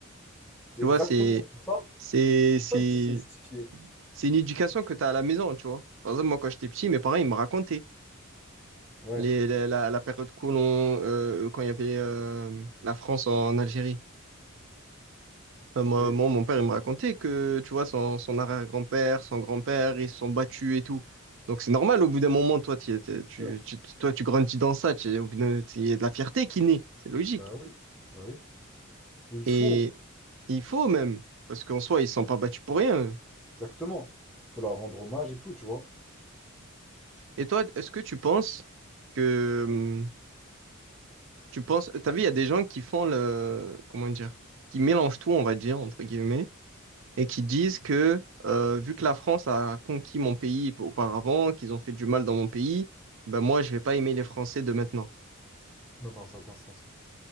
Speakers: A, in the centre; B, on the right.
A: C'est
B: Tu
A: exactement,
B: vois, c'est,
A: Tout ça.
B: c'est,
A: C'est pour
B: c'est,
A: ça que je dis, que c'est justifié.
B: c'est une éducation que tu as à la maison, tu vois. Par exemple, moi, quand j'étais petit, mes parents, ils me racontaient
A: Ouais,
B: les, la, la- la période colon, euh, quand il y avait euh, la France en Algérie. Euh,
A: ok.
B: moi, moi, mon père, il me racontait que, tu vois, son, son arrière-grand-père, son grand-père, ils se sont battus et tout. Donc, c'est normal, au bout d'un moment, toi, t'y étais- tu,
A: Sûr.
B: tu, tu- toi, tu grandis dans ça, tu- au bout d'un- il y a de la fierté qui naît, c'est logique.
A: Bah oui, bah oui. Et il
B: Et
A: faut,
B: il faut même, parce qu'en soi, ils ne se sont pas battus pour rien. eux.
A: exactement. Il faut leur rendre hommage et tout, tu vois.
B: Et toi, est-ce que tu penses que, hum, tu penses, t'as vu, il y a des gens qui font le, comment dire, qui mélangent tout, on va dire, entre guillemets, et qui disent que euh, vu que la France a conquis mon pays auparavant, qu'ils ont fait du mal dans mon pays, ben moi je vais pas aimer les Français de maintenant.
A: Non, non, ça n'a aucun sens.